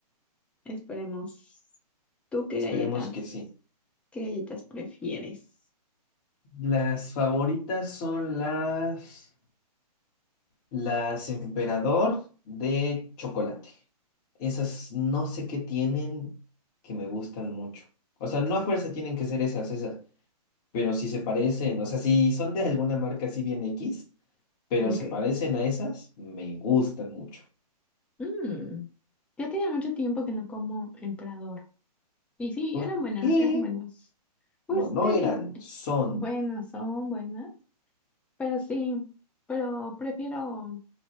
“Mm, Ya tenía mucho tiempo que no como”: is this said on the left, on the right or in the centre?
Centre